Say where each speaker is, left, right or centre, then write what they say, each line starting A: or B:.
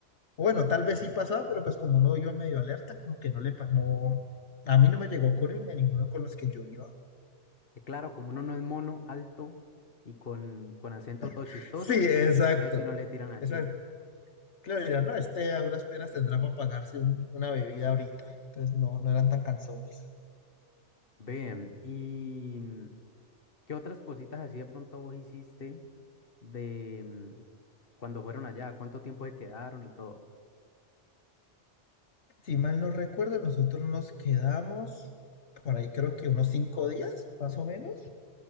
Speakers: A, on the left (about 70°); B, on the left (about 50°).
A: O Bueno, tal
B: Mm,
A: vez sí pasaba, pero pues como uno iba medio alerta, como que no le pasó. No, a mí no me llegó a ocurrir ni a ninguno con los que yo iba.
B: que claro, como uno no es mono, alto y con, con acento todo
A: <laughs>
B: chistoso,
A: Sí, exacto.
B: ahí sí no le tiran así.
A: Exacto. Claro, mira, no, este a duras penas tendrá para pagarse un- una bebida ahorita. Entonces no, no eran tan cansones.
B: Bien, ¿y mm, qué otras cositas así de pronto vos hiciste de mm, cuando fueron allá? ¿Cuánto tiempo se quedaron y todo?
A: Si mal no recuerdo, nosotros nos quedamos por ahí creo que unos cinco días, más o menos.